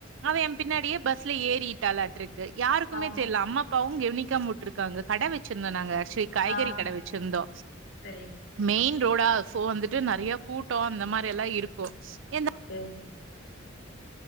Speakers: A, on the right (about 70°); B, on the left (about 75°).
A: அவ
B: ஓகே
A: ஏ பின்னாடியே பஸ்ல ஏறிட்டாலா க்கு யாருக்குமே
B: ஆ
A: தெர்ல அம்மா அப்பாவு கெவனிக்காம உட்ருக்காங்க கட வெச்சிருந்தோ நாங்க ஆச்சுவலி காய்கறி
B: ஆ
A: கட வெச்சிருந்தோ
B: சரி
A: மெய்ன் ரோடா சோ வந்துட்டு நறையா கூட்டோ அந்த மாரி எல்லா இருக்கு இரு
B: அப்பே